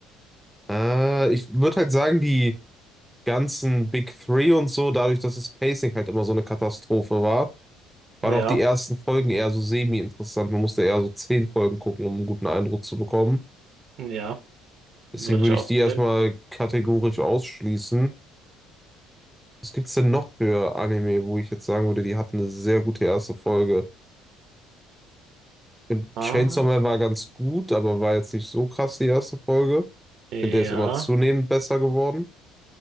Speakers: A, in the centre; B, on the right.
A: Äh, ich würde halt sagen, die ganzen Big Three und so, dadurch, dass das Pacing halt immer so eine Katastrophe war, waren
B: Ja,
A: auch die ersten Folgen eher so semi-interessant. Man musste eher so zehn Folgen gucken, um einen guten Eindruck zu bekommen.
B: ja, würde
A: Deswegen
B: ich
A: würde
B: auch
A: ich
B: so
A: die
B: sehen.
A: erstmal kategorisch ausschließen. Was gibt's denn noch für Anime, wo ich jetzt sagen würde, die hatten eine sehr gute erste Folge? Ich finde,
B: Ah,
A: Chainsaw Man war ganz gut, aber war jetzt nicht so krass die erste Folge.
B: ja,
A: Ich finde, der ist immer zunehmend besser geworden.